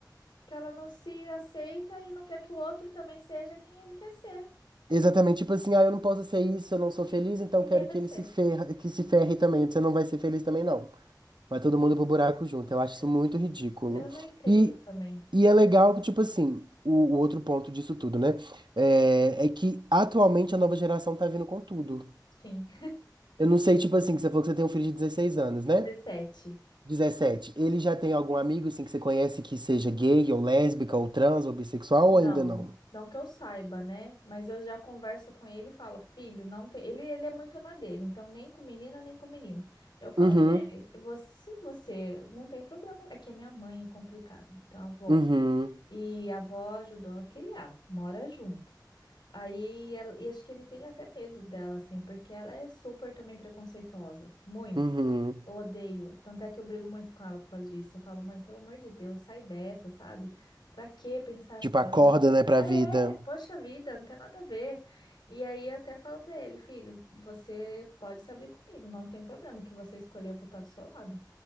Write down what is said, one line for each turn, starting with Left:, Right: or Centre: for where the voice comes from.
Left: que ela não se aceita e não quer que o outro também seja quem ele quer ser.
Right: Exatamente, tipo assim, ah, eu não posso ser isso, eu não sou feliz, então
Left: Ninguém
Right: quero
Left: vai
Right: que
Left: ser.
Right: ele se ferra, que se ferre
Left: É,
Right: também. Você não vai ser feliz também, não. Vai todo mundo pro buraco junto. Eu acho
Left: eu,
Right: isso muito ridículo.
Left: eu não entendo
Right: E,
Left: também.
Right: e é legal que, tipo assim, o, o outro ponto disso tudo, né? É, é que atualmente a nova geração tá vindo com tudo.
Left: Sim.
Right: Eu não sei, tipo assim, que você falou que você tem um filho de 16 anos, né?
Left: 17.
Right: dezessete Ele já tem algum amigo, assim, que você conhece que seja gay, ou lésbica, ou trans, ou bissexual,
Left: Não.
Right: ou ainda não?
Left: Não que eu saiba, né? Mas eu já converso com ele e falo, filho, não tem. Ele, ele é muito na dele, então nem com menina, nem com menino. Eu falo
Right: Uhum,
Left: pra ele, você, se você não tem problema. É que a minha mãe é complicada. Então, a avó.
Right: uhum,
Left: E a avó ajudou a criar, mora junto. Aí, ela- e acho que ele tem até medo dela, assim, porque ela é super também preconceituosa. Muito.
Right: uhum.
Left: Eu odeio. Tanto é que eu brigo muito com ela por causa disso. Eu falo, mãe, pelo amor de Deus, sai dessa, sabe? Pra que pensar assim?
Right: Tipo, acorda, né, pra
Left: Ah,
Right: vida.
Left: É, poxa vida, não tem nada a ver. E aí, eu até falo pra ele, filho, você pode se abrir comigo, não tem problema. O que você escolher, eu vou estar do seu lado.